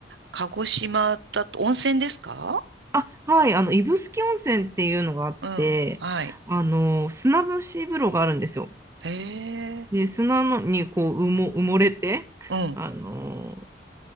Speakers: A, on the right; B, on the right.
A: 鹿児島だと、温泉ですか
B: あ、はい、あの、指宿温泉っていうのがあって、
A: うん。はい。
B: あの、砂蒸し風呂があるんですよ。
A: へえ。
B: で、砂のにこう、埋も、埋もれて、
A: うん。
B: あの、